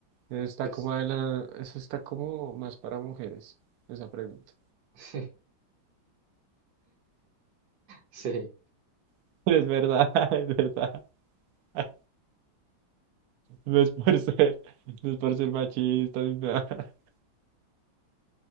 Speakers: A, on the right (about 90°); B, on the right (about 65°).
A: Eso está
B: Pues,
A: como de la... Eso está como más para mujeres, esa pregunta.
B: <laughs> sí, sí.
A: <laughs> es verdad, <laughs> es verdad. <laughs> No es por ser, no es por ser machista ni nada. <laughs>